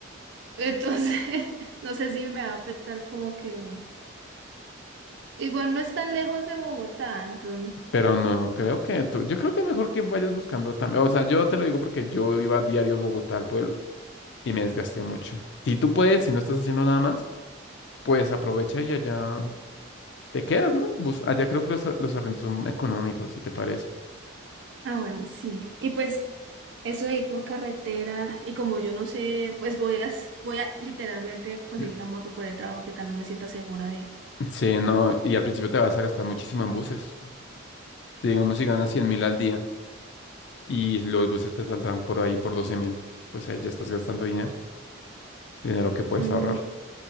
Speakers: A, on the right; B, on the left.
A: Entonces, <laughs> no sé si me va a afectar como que igual no es tan lejos de Bogotá, entonces.
B: Pero no, creo que tú- yo creo que mejor que vayas buscando también. O sea, yo te lo digo porque yo iba a diario a Bogotá al pueblo y me desgasté mucho. Si tú puedes, si no estás haciendo nada más, pues aprovecha y allá te quedas, ¿no? Bus- allá creo que los, los arrendos son económicos, si te parece.
A: Ah, bueno, sí. Y pues Eso de ir por carretera y como yo no sé, pues voy a, s- voy a literalmente conseguir
B: <clears throat>
A: la moto por el trabajo, que tal no me sienta segura de...
B: Mm, Sí, no, y al principio te vas a gastar muchísimo en buses. Digamos, si ganas cien mil al día y los buses te saldrán por ahí por doce mil, pues ahí ya estás gastando dinero, dinero que puedes
A: Mm,
B: ahorrar.